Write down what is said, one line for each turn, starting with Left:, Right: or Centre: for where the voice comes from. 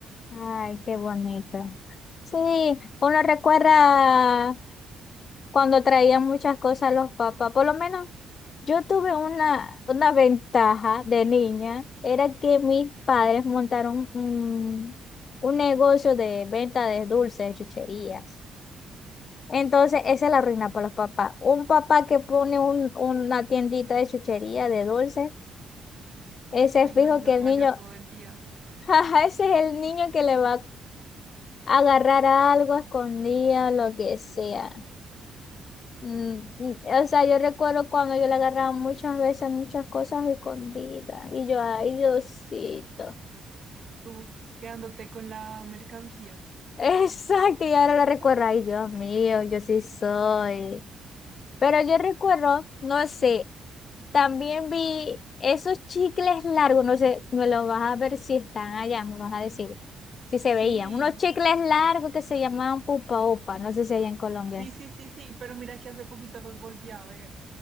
Left: ay, qué bonito. Sí, uno recuerda cuando traían muchas cosas los papás, por lo menos. Yo tuve una, una ventaja de niña, era que mis padres montaron un, un negocio de venta de dulces, de chucherías. Entonces, esa es la ruina para los papás. Un papá que pone un- una tiendita de chuchería, de dulces, ese
Right: Me
Left: es
Right: imagino
Left: fijo que
Right: tú
Left: el niño,
Right: allá todo el día,
Left: <laughs> jaja, ese es el niño que le va a agarrar algo escondida, lo que sea. Mm, mm, O sea, yo recuerdo cuando yo le agarraba muchas veces muchas cosas escondidas y yo, ay, Diosito.
Right: tú quedándote con la mercancía.
Left: <laughs> Exacto, y ahora lo recuerdo,
Right: <laughs>
Left: ay, Dios mío, yo sí soy. Pero yo recuerdo, no sé, también vi esos chicles largos, no sé, me los vas a ver si están allá, me vas a decir si se
Right: Sí,
Left: veían. Unos chicles largos que se llamaban pupa upa, no sé si allá en Colombia.
Right: sí, sí, sí, sí, pero mira que hace poquito los volví a ver.